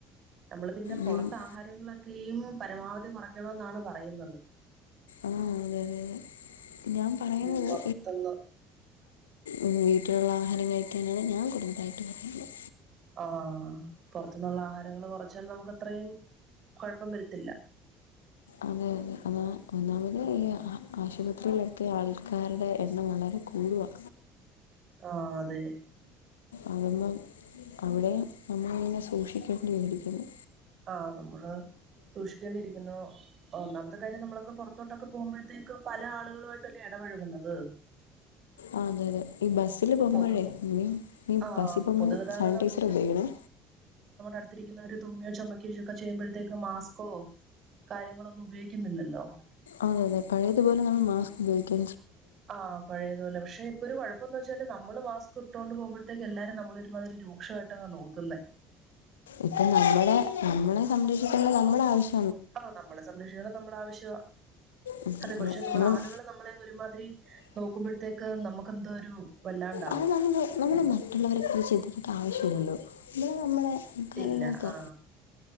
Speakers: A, on the right; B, on the left.
A: നമ്മള് പിന്നെ പുൊറത്ത്
B: വീ-
A: ആഹാരങ്ങളൊക്കെയും പരമാവധി കുറക്കണ എന്നാണ് പറയുന്നത്
B: ആ അതെതെെ ഞാൻ പറയുന്നത്
A: ഉം പുറത്തുന്ന്
B: ഈ മറ്റുള്ള ആഹാരം കഴിക്കാനാണ് ഞാൻ കൂടുതലായിട്ട് പറയുന്നത്
A: ആഹ പുൊറത്തുന്നുള്ള ആഹാരങ്ങൾ വച്ചൽ നമുക്ക് അത്രയും കുഴപ്പം വരുത്തില്ല
B: അതെ അതെ അതാ ഒന്നാമത്
A: അ
B: ഈ ആ- ആശുപത്രിയിലൊക്കെ ആൾക്കാരുടെ എണ്ണം വളരെ കൂടുവാ
A: ആ അതെ
B: അകുമ്പ അവിടെയും നമ്മള ഇനെ സൂക്ഷിക്കേണ്ടി വരിക്കുന്നു
A: ആഹ നമ്മള് സൂക്ഷിക്കേണ്ടിയിരിക്കുന്നു ഒന്നാമത്തെ കാര്യം നമ്മളൊക്കെ പുറത്തോട്ടൊക്കെ പോകുമ്പോഴത്തേക്ക് പല ആളുകളുമായിട്ടല്ലേ ഇടപഴകുന്നത് <unintelligible>
B: ആ അതെ അതെ ഈ ബസ്സില് പോകുമ്പോഴേ
A: പൊതു
B: ന ന
A: ആഹ്
B: ബസ്സിൽ പോകുമ്പോൾ
A: പൊതുഗതാഗതം
B: സാനിറ്റൈസർ ഉപയോഗിക്കണേ
A: അടുത്തിരിക്കുന്നവർ തുമ്മയോ ചുമക്കയോ ഒ ക്കെ ചെയ്യുമ്പോഴത്തേക്ക് മാസ്കോ കാര്യങ്ങളോൊന്നും ഉപയോഗിക്കുന്നില്ലല്ലോ
B: അതെതെ പഴേതുപോലെ നമ് മാസ്ക് ഉപയോഗിക്ക
A: ആ പഴയത് പോലെ പക്ഷെ ഇപ്പൊ ഒരു കുഴപ്പംന്ന് വെച്ചാല് നമ്മള് മാസ്ക് ഇട്ടുകോണ്ട് പോകുമ്പോഴ് ഇത്തേ എല്ലാരും നമ്മളൊ ഒരുമാതിരി രൂക്ഷമായിട്ടെ നോക്കുന്നേ
B: ഇപ്പം നമ്മള നമ്മളെ സംരക്ഷിക്കുള്ള നമ്മുടെ ആവശ്യ
A: ആ നമ്മളെ സംരക്ഷിക്കണം നമ്മുടെ ആവശ്യമാണ്
B: ഉം,
A: അതെ പക്ഷെ നമ്മള
B: നമ്മൾ
A: ആളുകൾ നമ്മളെ ഒരുമാതിരി നോക്കുമ്പോഴത്തേക്ക് നമുക്ക് എന്തോ ഒരു വല്ലാണ്ടാവും
B: അത് നമ്മൾ നമ്മള് മറ്റുള്ളവരെക്കെ ചിന്തിക്കേണ്ട ആവശ്യല്ലല്ലോ നമ്മള് നമ്മളെ കാര്യം
A: ഇല്ല
B: നോക്കുക
A: ആ